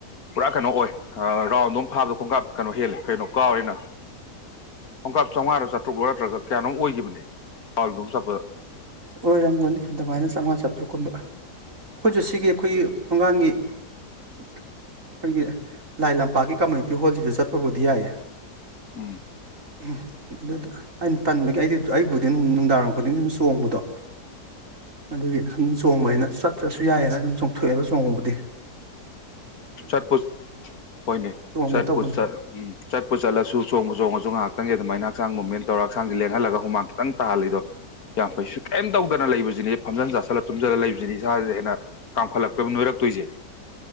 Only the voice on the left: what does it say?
ꯄꯨꯔꯥ ꯀꯩꯅꯣ ꯑꯣꯏ ꯔꯥꯎꯟ ꯑꯗꯨꯝ ꯐꯥꯕꯗ ꯈꯣꯡꯀꯥꯞ ꯀꯩꯅꯣ ꯍꯦꯜꯂꯦ ꯀꯩꯅꯣ ꯀꯥꯎꯔꯤꯦꯅ ꯄꯣꯡꯀꯥꯞ ꯆꯥꯝꯃꯉꯥꯗꯣ ꯆꯥꯇ꯭ꯔꯨꯛꯂ ꯅꯠꯇ꯭ꯔꯒ ꯀꯌꯥꯅꯣꯨꯛ ꯑꯣꯏꯈꯤꯕꯅꯦ ꯄꯥꯎꯜꯗꯣ ꯑꯃ ꯆꯠꯄꯗ
ꯎꯝ
ꯆꯠꯄꯨ ꯍꯣꯏꯅꯦ
ꯆꯠꯄꯨ
ꯎꯝ ꯆꯠꯄꯨ ꯆꯠꯂꯁꯨ ꯆꯣꯡꯕ ꯆꯣꯡꯉꯁꯨ ꯉꯥꯏꯍꯥꯛ ꯈꯤꯇꯪꯒꯤ ꯑꯗꯨꯃꯥꯏꯅ ꯍꯛꯆꯥꯡ ꯃꯨꯚꯃꯦꯟ ꯇꯧꯔꯒ ꯍꯛꯆꯥꯡꯦ ꯂꯦꯡꯍꯜꯂꯒ ꯍꯨꯃ ꯈꯤꯇ ꯇꯥꯍꯜꯂꯤꯗꯣ ꯌꯥꯝ ꯀꯩꯁꯨ ꯀꯩꯝ ꯇꯧꯗꯅ ꯂꯩꯕꯁꯤꯅꯦ ꯐꯝꯖꯟ ꯆꯥꯁꯤꯜꯂ ꯊꯨꯝꯖꯤꯜꯂ ꯂꯩꯕꯁꯤꯅꯦ ꯏꯁꯥꯁꯤꯗ ꯍꯦꯟꯅ ꯀꯥꯝꯈꯠꯂꯛꯇꯣꯏꯕ ꯅꯣꯏꯔꯛꯇꯣꯏꯁꯦ